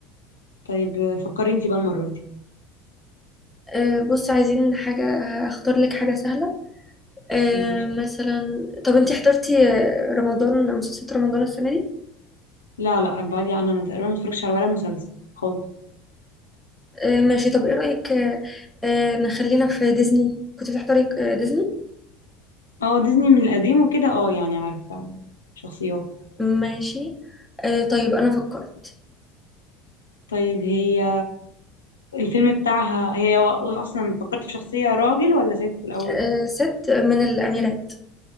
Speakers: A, on the left; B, in the centre.
A: طيب فكري انتي بقى المرة دي
B: آه، بص عايزين حاجة هختار لك حاجة سهلة آه،
A: ماشي
B: مثلا طب انتي حضرتي آه، رمضان مسلسلات رمضان السنة دي
A: لا لا ابعدي عنها انا تقريبا ما اتفرجتش على ولا مسلسل خالص
B: آه، ماشي طب ايه رأيك آه، آه، نخلينا في ديزني كنت بتحضري آه، ديزني
A: اه ديزني من القديم وكده اه يعني عارفة شخصيات
B: ماشي آه، طيب انا فكرت
A: طيب هي الفيلم بتاعها هي و- اصلا فكرت في شخصية راجل ولا ست الاول
B: آه، ست من الأميرات